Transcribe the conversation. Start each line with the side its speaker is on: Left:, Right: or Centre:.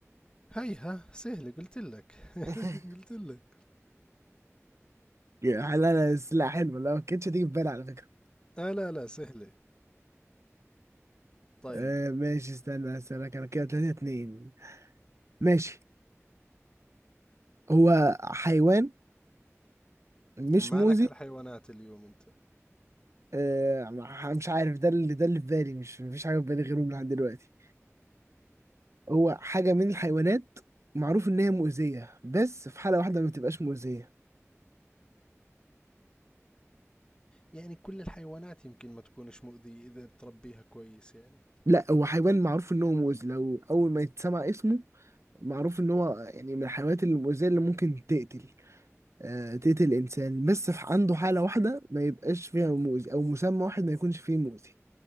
Left: هيها سهلة قلت لك
Right: <laughs>
Left: <laughs> <applause> قلت لك
Right: يعني لا لا بس لا حلو لا ما كانتش هتيجي في بالي على فكرة
Left: اه لا لا سهلة طيب
Right: آه ماشي استنى هسألك انا كده تلاتة اتنين ماشي هو حيوان مش
Left: مالك
Right: موزي
Left: على الحيوانات اليوم انت
Right: آه مع- مش عارف ده اللي ده اللي في بالي مش مفيش حاجة في بالي غيره لحد دلوقتي هو حاجة من الحيوانات معروف ان هي مؤذية بس في حالة واحدة ما بتبقاش مؤذية
Left: يعني كل الحيوانات يمكن ما تكونش مؤذية إذا بتربيها كويس يعني
Right: لا هو حيوان معروف ان هو مؤذي لو اول ما يتسمع اسمه معروف ان هو يعني من الحيوانات المؤذية اللي ممكن تقتل آه، تقتل الإنسان بس في- عنده حالة واحدة ما يبقاش فيها مؤذي أو مسمى واحد ما يكونش فيه مؤذي